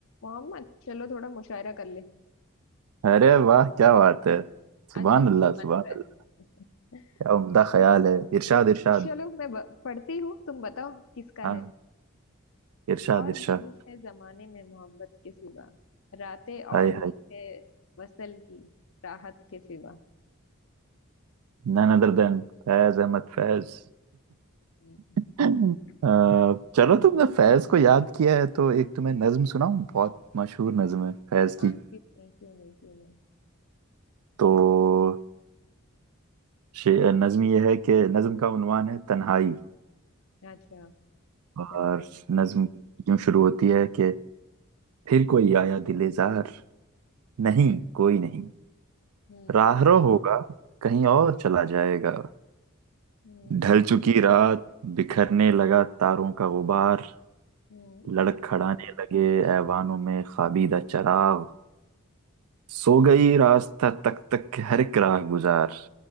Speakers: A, on the left (about 65°); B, on the right (about 90°).
A: मोहम्मद चलो थोड़ा मुशायरा कर ले
B: अरे वाह क्या बात है सुभान
A: आज जैसे
B: अल्लाह
A: ही मन
B: सुभान
A: हो रहा
B: अल्लाह
A: है
B: क्या उम्दा ख्याल है इरशाद
A: <laughs>
B: इरशाद
A: चलो मैं ब- पढ़ती हूँ तुम बताओ किसका
B: हाँ
A: है
B: इरशाद
A: और
B: इरशाद
A: भी दुख है जमाने में मोहब्बत के सिवा रातें
B: हाय
A: और
B: हाय
A: भी है वसल की राहत के सिवा
B: None other than Faiz Ahmad Faiz
A: हम्म,
B: <clears throat> हम्म।
A: हम्म,
B: अह,
A: हम्म।
B: चलो तुमने फैज को याद किया है तो एक तुम्हें नज्म सुनाऊं बहुत मशहूर नज्म है फैज
A: हाँ
B: की
A: क्यों नहीं क्यों नहीं क्यों नहीं
B: तो शे- नज्म ये है कि नज्म का उन्वान है तन्हाई
A: अच्छा
B: और
A: तन्हाई
B: नज्म यूं शुरू होती है कि फिर कोई आया दिलेजार नहीं
A: अच्छा
B: कोई नहीं
A: हम्म
B: राहरो होगा कहीं और चला जाएगा
A: हम्म
B: ढल चुकी रात बिखरने लगा तारों का गुबार
A: हम्म
B: लड़खड़ाने लगे ऐवानों में खाबीदा चराग सो गई रास्ता तक तक के हर एक राह गुजार